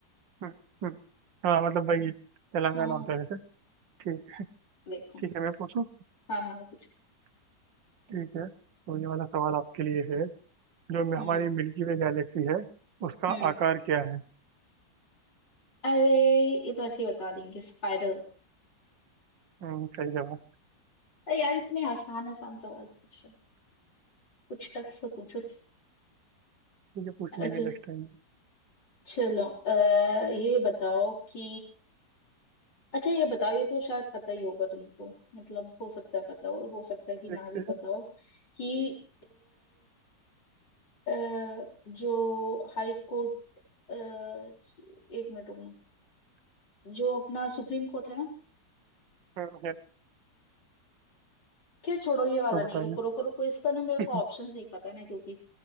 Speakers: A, on the right (about 85°); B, on the left (about 75°).
A: हम्म, हम्म। हाँ मतलब भाई तेलंगाना
B: हाँ
A: होता है वैसे ठीक
B: देखो
A: ठीक है मैं पूछूं
B: हाँ हाँ कुछ
A: ठीक है तो ये वाला सवाल आपके लिए है जो मे-
B: हम्म
A: हमारी मिल्की वे गैलेक्सी है उसका
B: हम्म
A: आकार क्या है
B: अरे ये तो ऐसे ही बता देंगे स्पाइरल
A: हम्म, सही जवाब
B: अरे यार इतने आसान आसान सवाल पूछ रहे हो। कुछ टफ सा पूछो
A: ठीक है पूछ
B: अच्छा
A: लेंगे नेक्स्ट टाइम
B: चलो आ, ये बताओ कि अच्छा ये बताओ ये तो शायद पता ही होगा तुमको मतलब हो सकता है पता हो हो सकता है कि ना
A: देखते
B: भी पता
A: हैं
B: हो कि अ, जो हाई कोर्ट अ, एक मिनट रुकना जो अपना सुप्रीम कोर्ट है ना
A: हम्म, है,
B: खैर छोड़ो ये वाला
A: तो बताइए
B: नहीं रुको रुको रुको इसका ना मेरे
A: <laughs>
B: को ऑप्शंस नहीं पता है ना क्योंकि